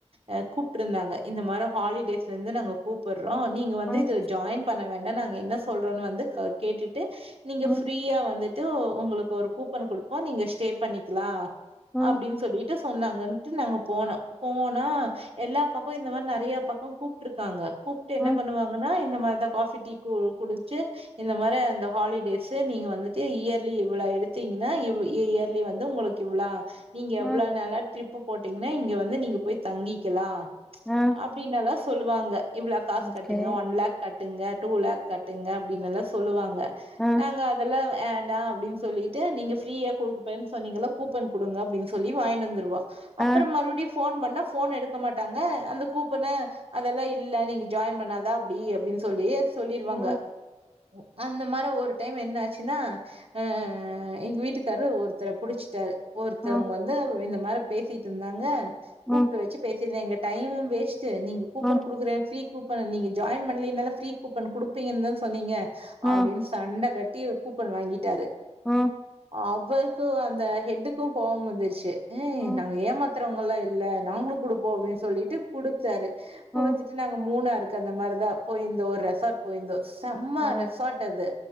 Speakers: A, on the right; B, in the centre.
A: ஆ கூப்ட்ருந்தாங்க இந்த மாரி ஹாலிடேஸ்ல இருந்து நாங்க கூப்புறோ நீங்க வந்து
B: ம்
A: இதுல ஜாயின் பண்ண வே ன நாங்க என்ன சொல்றோன்னு வந்து அ கேட்டுட்டு நீங்க
B: ம்
A: ஃபிரீயா வந்து டு உங்களுக்கு ஒரு கூப்பன் குடுப்போ நீங்க ஸ்டே பண்ணிக்கலா
B: ம்
A: அப்டின்னு சொல்லிட்டு சொன்னாங்கன்ட்டு நாங்க போனோ போனா எல்லா பக்க இந்த மாரி நெறையா பக்க கூப்ட்ருக்காங்க கூப்ட்டு என்ன
B: ம்
A: பண்ணுவாங்கன்னா இந்த மா இந்த காபி டீ குடிச்சு இந்த மாரி அந்த ஹாலிடேஸ்சு நீங்க வந்துட்டு இயர்லி இவ்ள எடுத்து ட்டீங்கன்னா இவ் இயர்லி வந்து உங்களுக்கு இவ்ளா நீங்க எவ்ளோ
B: ம்
A: நாலா ட்ரிப்பு போட்டீங்கன்னா இங்க வந்து நீங்க போய் தங்கிக்கலா
B: ஆ
A: அப்டின்னல்லாஸ் சொல்லுவாங்க இவ்ளோ காசு
B: ஓகே
A: கட்டுங்க ஒன் லாக் கட்டுங்க டூ லாக் கட்டுங்க அப்டின்னுல்லா சொல்லுவாங்க
B: ஆ
A: நாங்க அதெல்லா ஆண்டா அப்டின்னு சொல்லிட்டு நீங்க ஃப்ரீயா குடுக்கப்பன்னு சொன்னீங்கள்ள கூப்பன் குடுங்க அப்டின்னு சொல்லி வாங்கின்னு வந்துருவா அப்புறம்
B: ஆ
A: மறுபுடி போன் பண்ண போன் எடு க்க மாட்டாங்க அந்த கூப்பன அதெல்லா இல்ல நீங்க ஜாயின் பண்ணாதா அப்டி அப்டின்னு சொல்லிஸ் சொல்லிருவாங்க
B: ஓ
A: உ அந்த மார ஒரு டைம் என்னாச்சுன்னா ஆ எங்க வீட்டுக்காரு ஒருத்தர புடிச்சுட்டாரு ஒருத்தவங்க
B: ம்
A: வந்து இந்த மாரி பேசிட்ருந்தாங்க
B: ம்
A: கூப்ட்டு வச்சு பேசிந்தே எங்க டைமும் வேஸ்ட் டு நீங்க கூப்பன்
B: ம்
A: குடுக்குறே ஃப்ரீ கூப்பன் நீங்க ஜாயின் பண்ணலன்னால ஃப்ரீ கூப்பன் குடுப்பீங்கன் தான சொன்னீங்க
B: ம்
A: அப்டின் சண்ட கட்டி கூப்பன் வாங்கிட்டாரு
B: ஆ
A: அவருக்கு அந்த ஹெட்டுக்கு கோவம் வந்துருச்சி ஆ
B: ம்
A: நாங்க ஏமாத்துறவங்கல்லா இல்ல நாங்ளு குடுப்போ அப்டின் சொல்லிட்டு குடுத்தாரு குடுத்துட்டு
B: ம்
A: நாங்க மூணாருக் க்கு அந்த மார்தா போயிந்தோ ஒரு ரெசாட் போயிந்தோ செம்ம
B: ஓ
A: ரெசார்ட் அது